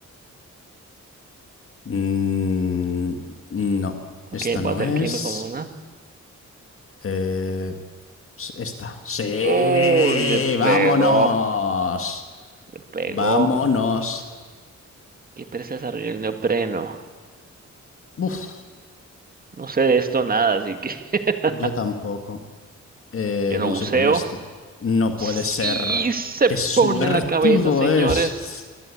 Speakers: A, on the left; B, on the right.
A: Mm, no,
B: Ok,
A: esta
B: voy
A: no
B: a tener
A: es.
B: que irme con una.
A: Eh, s- esta. Sí,
B: Uy, le
A: vámonos.
B: pegó. Le pegó.
A: Vámonos.
B: ¿Qué pereza desarrolló el neopreno?
A: Uf,
B: No sé de esto nada, así que <laughs>
A: yo tampoco. Eh,
B: yo no
A: vamos
B: buceo.
A: a ir con esta. No puede
B: Sí,
A: ser.
B: se
A: ¡Qué suertudo
B: pone la cabeza, señores.
A: es!